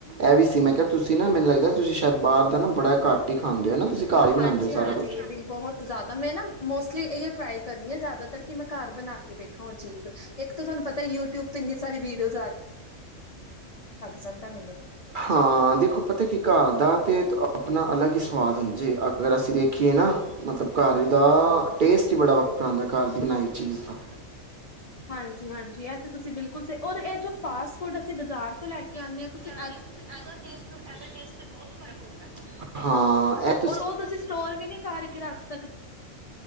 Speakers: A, on the right (about 55°); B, on the left (about 50°).
A: ਇਹ ਵੀ ਸੀ ਮੈਂ ਕਿਹਾ ਤੁਸੀਂ ਨਾ ਮੈਨੂੰ ਲੱਗਦਾ ਤੁਸੀਂ ਸ਼ਾਇਦ ਬਾਹਰ ਦਾ ਨਾ ਬੜਾ ਘੱਟ ਹੀ ਖਾਂਦੇ ਹੋ ਨਾ ਤੁਸੀਂ ਘਰ ਹੀ
B: ਹਾਂਜੀ
A: ਬਣਾਉਂਦੇ ਹੋ ਸਾਰਾ
B: ਹਾਂਜੀ
A: ਕੁਝ
B: ਇਹ ਬਿਲ ਬਹੁਤ ਜ਼ਿਆਦਾ ਮੈਂ ਨਾ ਮੋਸਟਲੀ ਇਹ ਟਰਾਈ ਕਰਨੀ ਆ ਜ਼ਿਆਦਾਤਰ ਕਿ ਮੈਂ ਘਰ ਬਣਾ ਕੇ ਵੇਖੋ ਉਹ ਚੀਜ਼ ਇੱਕ ਤਾਂ ਤੁਹਾਨੂੰ ਪਤਾ ਯੂਟਿਊਬ ਤੇ ਇੰਨੀ ਸਾਰੀ ਵੀਡੀਓਸ ਜਾਂਦਾ ਮੈਨੂੰ।
A: ਹਾਂ ਦੇਖੋ ਪਤਾ ਕੀ ਕਰ ਦਾ ਤੇ ਆਪਣਾ ਅਲੱਗ ਹੀ ਸਵਾਦ ਹੁੰਦਾ ਜੇ ਅਗਰ ਅਸੀਂ ਦੇਖੀਏ ਨਾ ਮਤਲਬ ਘਰ ਦਾ ਟੇਸਟ ਹੀ ਬੜਾ ਵੱਖਰਾ ਆਉਦਾ ਘਰ ਦੀ ਬਣਾਈ ਚੀਜ਼ ਦਾ
B: ਹਾਂਜੀ ਹਾਂਜੀ ਐ ਤੇੇ ਤੁਸੀਂ ਬਿਲਕੁਲ ਸਹੀ ਔਰ ਇਹ ਜੋ ਫਾਸਟ ਫੂੱਡ ਅਸੀਂ ਬਾਜ਼ਾਰ ਤੋਂ ਲੈ ਕੇ ਆਉਂਦੇ ਹਾਂ ਤੁਸੀਂ
A: ਐਦਾ ਟੇਸਟ ਤੇ ਓਦੇ ਟੇਸਟ ਦਾ ਬਹੁਤ ਫਰਕ ਹੁੰਦਾ ਹਾਂ ਏ ਹਾਂ ਇਹ ਹੈ
B: ਉਹ ਤੁਸੀਂ ਸਟੋਰ ਵੀ ਨਹੀਂ ਕਰਕੇ ਰੱਖ ਸਕ